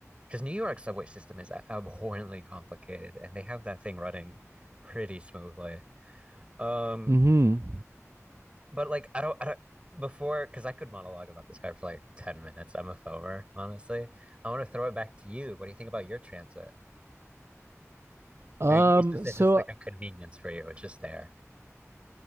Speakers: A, on the right (about 20°); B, on the right (about 55°).
A: because New York's subway system is abhorrently complicated, and they have that thing running pretty smoothly. Um,
B: Mhm.
A: but like I don't, I don't before because I could monologue about this guy for like ten minutes. I'm a foamer, honestly. I want to throw it back to you. What do you think about your transit?
B: Um
A: Or you- it's just it's
B: so
A: just like a convenience for you. It's just there.